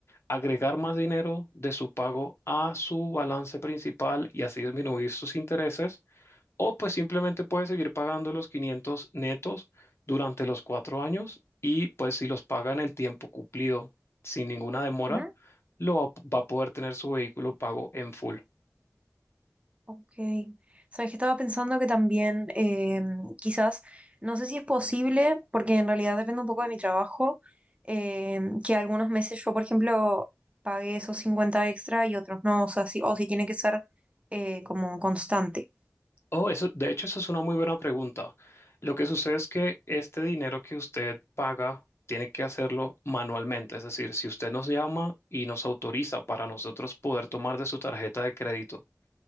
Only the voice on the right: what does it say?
ujú.
Ok. Sabes que estaba pensando que también eh, quizás, no sé si es posible, porque en realidad depende un poco de mi trabajo, eh, que algunos meses yo, por ejemplo, pague esos 50 extra y otros no, o sea, si, o si tiene que ser eh, como constante.